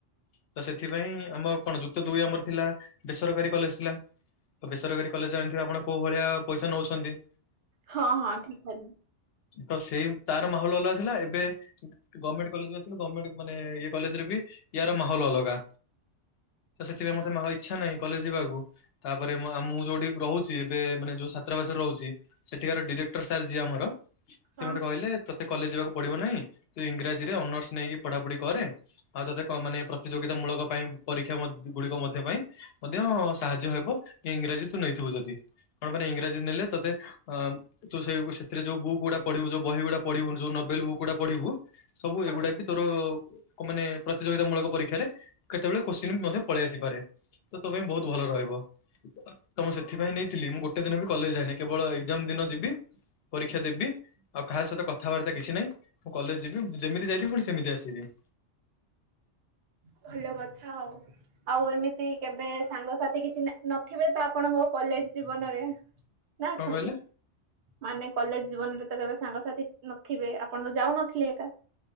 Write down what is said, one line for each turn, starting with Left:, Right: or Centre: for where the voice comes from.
Left: ତ ସେଥିପାଇଁ ଆମ କଣ ଯୁକ୍ତ ଦୁଇ ଆମର ଥିଲା ବେସରକାରୀ କଲେଜ ଥିଲା, ବେଶ୍ ସରକାରୀ କଲେଜ ଆଣିିବେ ଆପଣ କୋଉ ଭଳିଆ ପଇସା ନେଉଚନ୍ତି।
Right: ହଁ ହଁ ଠିକ ଅ
Left: ତ ସେଇ ତାର ମାହୋଲ ଅଲଗା ଥିଲା, ଏବେ ଗଭର୍ଣ୍ଣମେଣ୍ଟ କଲେଜକୁ ଆସିଲ ଗଭର୍ଣ୍ଣମେଣ୍ଟ ମାନେ ଇଏ କଲେଜରେ ବି ୟାର ମାହୋଲ ଅଲଗା ତ ସେଥିପାଇଁ ମତେ ଇଚ୍ଛା ନାହିଁ କଲେଜ ଯିବାକୁ, ତାପରେ ଆ ମୁଁ ଯୋଉଠି ରହୁଚି ଏବେ ମାନେ ଯୋଉ ଛାତାବାସରେ ରହୁଚି ସେଠିକାର ଡିରେକ୍ଟର ସାର୍ ଯିଏ ଆମର
Right: ହଁ
Left: ସେ ମତେ କହିଲେ ତୋତେ କଲେଜ ଯିବାକୁ ପଡିବ ନାହିଁ, ତୁ ଇଂରାଜୀରେ ଅନର୍ସ ନେଇକି ପଢା ପଢି କରେ ଆଉ ତୋତେ ମାନେ ତି ଯୋଗି ମୂଳକ ପାଇଁ ପରୀକ୍ଷା ଗୁଡିକ ମଧ୍ୟ ପାଇଁ ମଧ୍ୟ ସାହାଯ୍ୟ ହେବ। ଇଂରାଜୀ ତୁ ନେଇଥିବୁ ଯଦି କଣ ମାନେ ଇଂରାଜୀ ନେଲେ ତତେ ଅ ତୁ ସେ ସେଥିରେ ଯୋଉ ବୁ ଗୁଡା ପଢିବୁ ଯଉ ବହି ଗୁଡା ପଢିବୁ ଯୋଉ ନୋେଲ ବୁକ୍ ଗୁଡା ପଢିବୁ ସବୁ
Right: ହଁ।
Left: ଏଗୁଡା ବି ତୋର ମାନେ ପ୍ର ପ୍ରତିଯୋଗିତା ମୂଳକ ପରୀକ୍ଷାରେ କେତେବେଳେ କୋଶ୍ଚିନ୍ ମଧ୍ୟ ପଳେଇ ଆସିପାରେ ତ ତୋ ପାଇଁ ବହୁତ ଭଲ ରହିବ। ତ ମୁଁ ସେଥିପାଇଁ ନେଇଥିଲି ମୁଁ ଗୋଟେ ଦିନ ବି କଲେଜ ଯାଇଏନି କେବଳ ଏଜାମ ଦିନ ଯିବି ପରୀକ୍ଷା ଦେବି ଆଉ କାହା ସହିତ କଥାବାର୍ତ୍ତା କିଛି ନାହିଁ ମୁଁ କଲେଜ ଯିବି ଯେମିତି ଯାଇଥିବି ପୁଣି ସେମିତି ଆସିବି। <inaudible>
Right: ଭଲ କଥା ଆଉ। ଆଉ ଏମିତି କେବେ ସାଙ୍ଗସାଥି କିଛି ନଥିବେ ତ ଆପଣଙ୍କ କଲେଜ ଜୀବନରେ? ନା
Left: କଣ
Right: ଅଛନ୍ତି
Left: କହିଲେ
Right: ମାନେ କଲେଜ ଜୀବନରେ ତ କେବେ ସାଙ୍ଗସାଥି ନଥିବେ ଆପଣ ତ ଯାଉନଥିଲେ ଏକା।